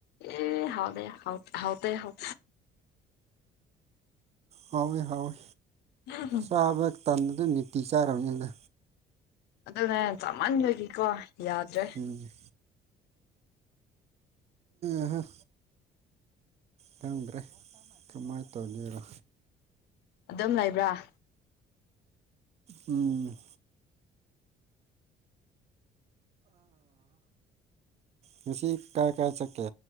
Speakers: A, on the left; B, on the right.
A: ꯑꯦ ꯍꯥꯎꯗꯦ ꯍꯥꯎ ꯍꯥꯎꯇꯦ ꯍꯥꯎ
B: ꯍꯥꯎꯋꯦ ꯍꯎꯋꯦ
A: ꯍ ꯍ
B: ꯆꯥꯕ ꯇꯟꯕꯗꯨ ꯅꯨꯡꯇꯤ ꯆꯥꯔꯝꯅꯤꯗ
A: ꯑꯗꯨꯅꯦ ꯆꯥꯃꯟꯕꯒꯤꯀꯣ ꯌꯥꯗ꯭ꯔꯦ
B: ꯎꯝ ꯑꯍ ꯈꯪꯗ꯭ꯔꯦ ꯀꯃꯥꯏꯟ ꯇꯧꯗꯣꯏꯔ
A: ꯑꯗꯨꯝ ꯂꯩꯕ꯭ꯔꯥ
B: ꯎꯝ ꯉꯁꯤ ꯀꯥꯏ ꯀꯥꯏ ꯆꯠꯀꯦ